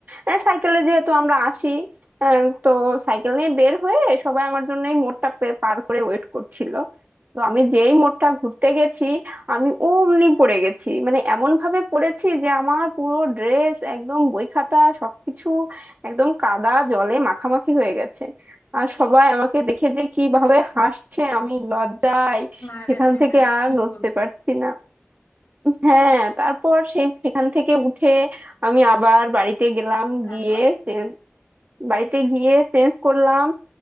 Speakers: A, on the right; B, on the left.
A: আহ, সাইকেলে যেহেতু আমরা আসি আহ, তো সাইকেল নিয়ে বের হয়ে সবাই আমার জন্য এই মোড়টা পে- পার করে ওয়েট করছিল তো আমি যেই মোড়টা ঘুরতে গেছি আমি অমনি পড়ে গেছি মানে এমন ভাবে পড়েছি যে আমার পুরো ড্রেস একদম বই খাতা সবকিছু একদম কাদা জলে মাখামাখি হয়ে গেছে আর সবাই আমাকে দেখে যে কিভাবে হাসছে আমি লজ্জায়
B: হায়
A: সেখান থেকে
B: হায়
A: আর
B: কি
A: নড়তে
B: বলো
A: পারছি না হ্যাঁ তারপর সেই সেখান থেকে উঠে আমি আবার বাড়িতে গেলাম
B: তারপর
A: গিয়ে চেঞ্জ বাড়িতে গিয়ে চেঞ্জ করলাম